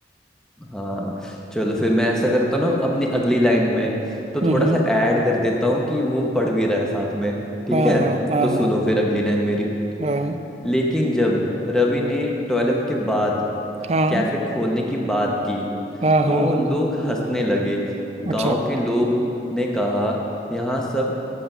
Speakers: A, in the centre; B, on the right.
A: हाँ चलो फिर मैं ऐसा करता हूँ ना अपनी अगली लाइन में तो
B: हम्म
A: थोड़ा
B: हम्म,
A: सा ऐड कर देता हूँ कि वो पढ़ भी रहा है साथ में ठीक
B: हाँ
A: है
B: हाँ हाँ
A: तो सुनो
B: हाँ
A: फिर अगली लाइन मेरी
B: हाँ
A: लेकिन जब रवि ने ट्वेल्थ के बाद
B: हाँ
A: कैफे खोलने की बात की
B: हाँ
A: तो
B: हाँ हाँ
A: लोग हंसने लगे गांव
B: अच्छा
A: के लोग ने कहा यहाँ सब